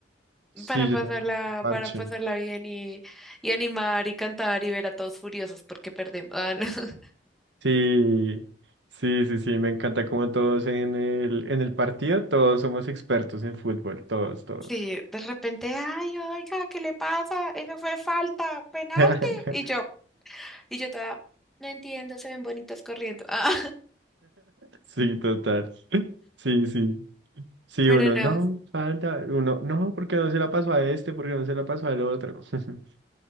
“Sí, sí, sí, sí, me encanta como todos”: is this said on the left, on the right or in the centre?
Right